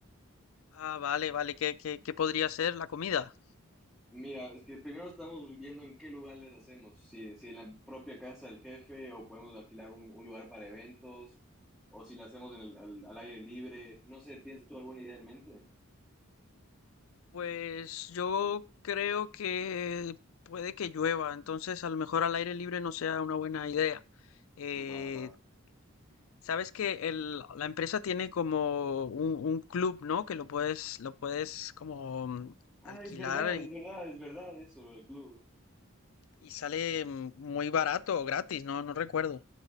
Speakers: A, on the left; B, in the centre.
A: Ah, vale, vale, ¿qué, qué, qué podría ser la comida?
B: Mira, es que primero estamos viendo en qué lugares hacemos, si, si en la propia casa del jefe o podemos alquilar un, un lugar para eventos o si lo hacemos en el, al, al aire libre. No sé, ¿tienes tú alguna idea en mente?
A: Pues yo creo que puede que llueva, entonces a lo mejor al aire libre no sea una buena idea. Eh,
B: Va, va.
A: sabes que el, la empresa tiene como un, un club, ¿no? Que lo puedes, lo puedes como mm,
B: Ah,
A: alquilar
B: es verdad, es verdad, es verdad eso, lo del club.
A: Y sale mm, muy barato o gratis, no, no recuerdo.